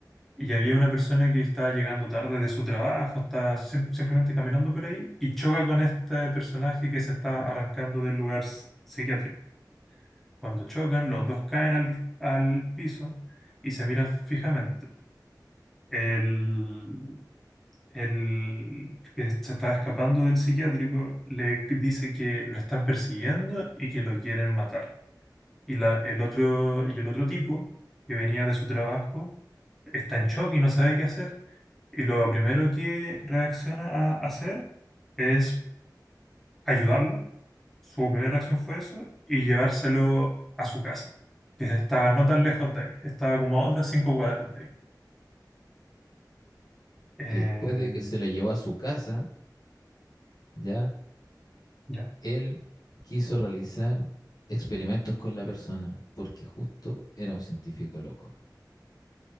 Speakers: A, in the centre; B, on the left.
A: y había una persona que estaba llegando tarde de su trabajo, estaba sim- simplemente caminando por ahí y choca con este personaje que se está arrancando del lugar s- psiquiátrico. Cuando chocan, los dos caen al, al piso y se miran fijamente. El, el que se está escapando del psiquiátrico le dice que lo están persiguiendo y que lo quieren matar. Y, la, el otro, y el otro tipo, que venía de su trabajo, está en shock y no sabe qué hacer. Y lo primero que reacciona a hacer es ayudarlo. Su primera reacción fue eso y llevárselo a su casa, que estaba no tan lejos de ahí, estaba como a otras cinco cuadras de ahí. Eh,
B: Y después de que se lo llevó a su casa, ya,
A: ya.
B: él quiso realizar experimentos con la persona, porque justo era un científico loco,